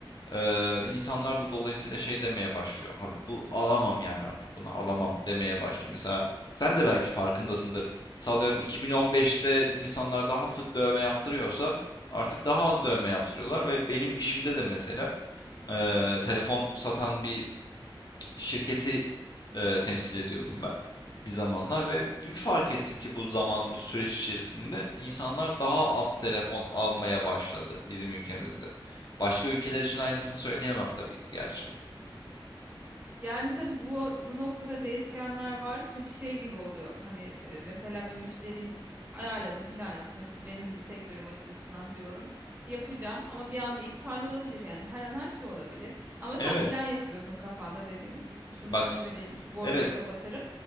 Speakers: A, on the left; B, on the right.
A: ee, insanlar da dolayısıyla şey demeye başlıyor. Abi bu alamam yani artık bunu alamam demeye başlıyor. Mesela sen de
B: Anlıyorum.
A: belki farkındasındır. Sallıyorum 2015'te insanlar daha sık dövme yaptırıyorsa artık daha az dövme yaptırıyorlar ve benim işimde de mesela e, telefon satan bir şirketi, eee, temsil ediyordum ben bir zamanlar ve bir fark ettim ki bu zaman, bu süreç içerisinde insanlar daha az telefon almaya başladı bizim ülkemizde. Başka
B: Evet,
A: ülkeler için aynısını söyleyemem tabii ki gerçi.
B: Yani tabii bu bu noktada değişkenler var. Çünkü şey gibi oluyor. Hani e, mesela bir müşterin ayarladım, plan yaptım. işte benim sektörüm açısından diyorum. Yapacağım ama bir anda iptal olabilir yani. Her an her şey olabilir. Ama sen
A: Evet,
B: plan yapıyorsun kafanda dediğin gibi işte şunu
A: bak
B: şunu vereyim, şu borcumu
A: evet
B: kapatırım.